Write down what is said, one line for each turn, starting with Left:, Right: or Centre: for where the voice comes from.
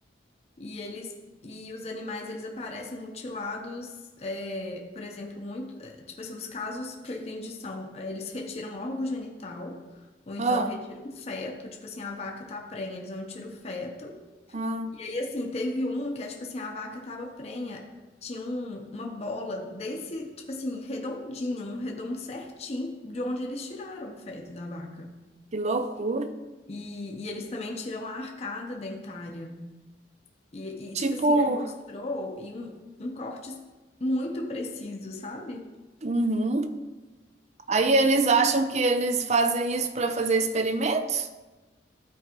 Left: e eles e os animais eles aparecem mutilados, é, por exemplo, muito, é, tipo assim, os casos que eu entendi são, é, eles retiram órgão genital, ou então
Right: ah,
Left: retiram feto, tipo assim, a vaca tá prenha, eles vão tirar o feto.
Right: ah,
Left: E aí, assim, teve um que é tipo assim, a vaca tava prenha, tinha um- uma bola desse, tipo assim, redondinho, um redondo certinho de onde eles tiraram o feto da vaca.
Right: que loucura.
Left: E, e eles também tiram a arcada dentária. E, e,
Right: Tipo,
Left: tipo assim, aí mostrou e um, um corte muito preciso, sabe?
Right: uhum. Aí eles acham que eles fazem isso para fazer experimentos?